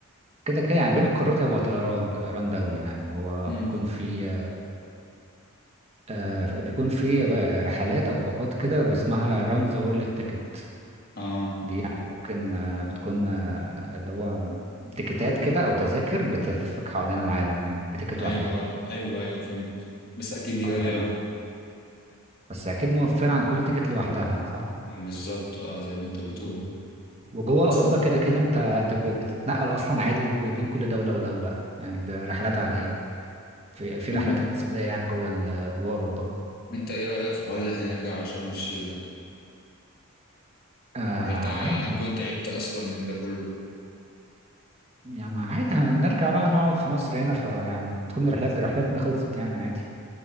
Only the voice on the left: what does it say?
امم
اه
ايوه
ايوه ايوه فهمت بس اكيد دي
غاليه
قوي
بالظبط اه زي ما انت بتقول
بس
طب
ان-
انت ايه رايك في حوار ان احنا نرجع على شرم الشيخ ده
ولا انت
كنت عبت اصلا من ده كله